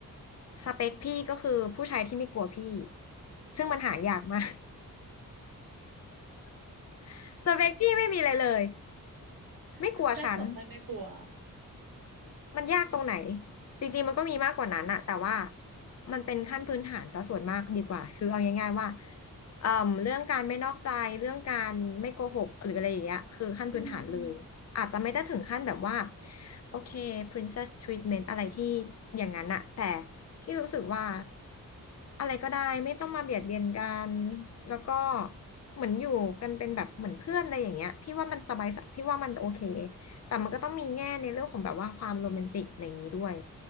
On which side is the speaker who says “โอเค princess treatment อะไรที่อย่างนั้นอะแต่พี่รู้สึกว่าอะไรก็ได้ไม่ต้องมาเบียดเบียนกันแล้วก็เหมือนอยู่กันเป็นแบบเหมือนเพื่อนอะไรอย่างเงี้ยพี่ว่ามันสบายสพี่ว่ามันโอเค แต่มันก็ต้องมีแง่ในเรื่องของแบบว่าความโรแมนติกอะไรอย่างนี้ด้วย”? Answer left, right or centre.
Left